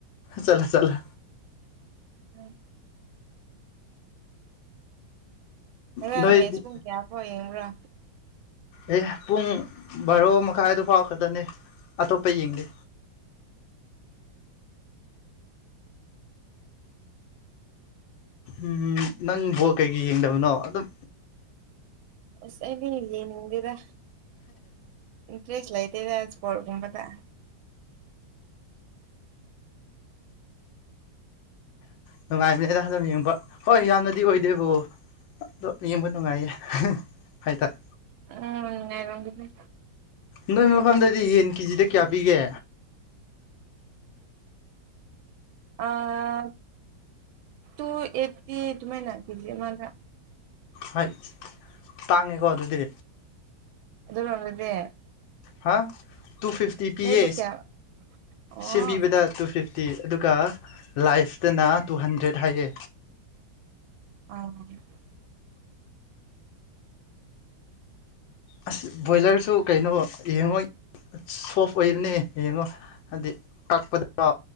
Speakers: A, on the left; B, on the right.
A: ꯆꯠꯂ ꯆꯠꯂ
B: ꯎꯝ ꯉꯥꯔꯡ
A: ꯅꯣꯏꯗꯤ
B: ꯃꯦꯠꯁ ꯄꯨꯡ ꯀꯌꯥꯐꯥꯎ ꯌꯦꯡꯕ꯭ꯔ
A: ꯑꯦ ꯄꯨꯡ ꯕꯥꯔꯣ ꯃꯈꯥꯏꯑꯗꯨ ꯐꯥꯎ ꯈꯛꯇꯅꯦ ꯑꯇꯣꯞꯄ ꯌꯦꯡꯗꯦ ꯎꯝ ꯅꯪ ꯕꯣꯜ ꯀꯩꯒꯤ ꯌꯦꯡꯗꯕꯅꯣ ꯑꯗꯨꯝ
B: ꯑꯁ ꯑꯩꯗꯤ ꯌꯦꯅꯤꯡꯗꯦꯗ ꯏꯟꯇ꯭ꯔꯦꯁ ꯂꯩ ꯇꯦꯗ ꯏꯄꯣꯔꯠꯒꯨꯝꯕꯗ
A: ꯅꯨꯡꯉꯥꯏꯕꯅꯦꯗ ꯑꯗꯨꯝ ꯌꯦꯡꯕ ꯍꯣꯏ ꯌꯥꯝꯅꯗꯤ ꯑꯣꯏꯗꯦꯕꯣ ꯑꯗꯣ ꯌꯦꯡꯕ ꯅꯨꯡꯉꯥꯏ ꯍꯥꯏꯇꯔꯦ
B: ꯎꯝ ꯅꯨꯡꯉꯥꯏꯔꯝꯒꯅꯤ
A: ꯅꯣꯏ ꯃꯐꯝꯗꯗꯤ ꯌꯦꯟ ꯀꯦꯖꯤꯗ ꯀꯌꯥ ꯄꯤꯒꯦ
B: ꯑꯥ ꯇꯨ ꯑꯦꯠꯇꯤ ꯗꯨꯃꯥꯏꯅ ꯀꯦꯖꯤ ꯑꯃꯗ
A: ꯍꯥꯠ ꯇꯡꯉꯦꯀꯣ ꯑꯗꯨꯗꯤ
B: ꯑꯗꯨꯔꯣꯝꯗꯗꯤ
A: ꯍꯥ ꯇꯨ ꯐꯤꯐꯇꯤ ꯄꯤꯌꯦ
B: ꯅꯣꯏꯗ ꯀꯌꯥ ꯑꯣ
A: ꯁꯦꯝꯕꯤꯕꯗ ꯇꯨ ꯐꯤꯐ ꯇꯤ ꯑꯗꯨꯒ ꯂꯥꯏꯐꯇꯅ ꯇꯨ ꯍꯟꯗ꯭ꯔꯦꯠ ꯍꯥꯏꯌꯦ
B: ꯑꯥ
A: ꯑꯁ ꯕꯣꯏꯂꯔꯁꯨ ꯀꯩꯅꯣ ꯌꯦꯡꯉꯣꯏ ꯁꯣꯐ ꯑꯣꯏꯕꯅꯦ ꯌꯦꯡꯉꯣ ꯍꯥꯏꯗꯤ ꯀꯛꯄꯗ